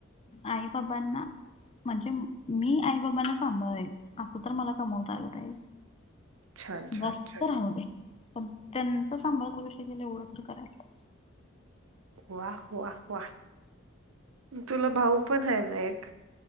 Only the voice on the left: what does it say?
आई बाबांना म्हणजे मी आई बाबांना सांभाळेल असं तर मला कमवता आलं पाहिजे.
जास्त
राहू दे पण त्यांचा सांभाळ करू शकेल एवढं तर करायला